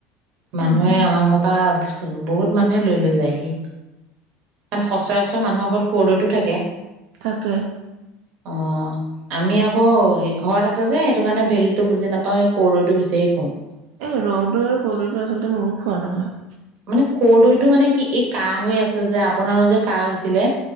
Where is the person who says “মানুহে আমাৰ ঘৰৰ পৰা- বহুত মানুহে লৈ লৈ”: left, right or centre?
Right